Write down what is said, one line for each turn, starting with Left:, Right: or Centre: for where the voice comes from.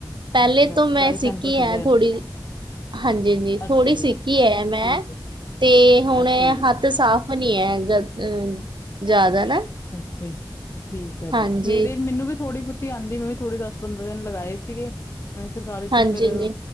Right: ਪਹਿਲੇ
Left: ਅੱਛਾ
Right: ਤੋਂ
Left: ਸਰਕਾਰੀ
Right: ਮੈਂ ਸਿੱਖੀ
Left: ਸੈਂਟਰ ਖੁੱਲਿਆ
Right: ਆ ਥੋੜ੍ਹੀ ਹਾਂਜੀ ਹਾਂਜੀ
Left: ਅੱਛਾ
Right: ਥੋੜ੍ਹੀ
Left: ਜੀ
Right: ਸਿੱਖੀ ਐ ਮੈਂ
Left: ਠੀਕ ਹੈ
Right: ਤੇ ਹੁਣ
Left: ਅੱਛਾ ਜੀ
Right: ਹੱਥ ਸਾਫ਼ ਓਹ ਨੀ ਐ ਹੈ ਜ਼ਿਆਦਾ ਨਾ
Left: ਅੱਛਾ ਠੀਕ ਆ
Right: ਹਾਂਜੀ
Left: ਜੀ ਮੇਰੇ ਮੈਨੂੰ ਵੀ ਥੋੜੀ ਤੇ ਆਂਦੀ ਮੈਂ ਵੀ ਥੋੜੀ ਦਸ ਪੰਦਰਾਂ ਦਿਨ ਲਗਾਏ ਸੀਗੇ ਮੈਂ ਸਰਕਾਰੀ
Right: ਹਾਂਜੀ
Left: ਚ ਫਿਰ
Right: ਜੀ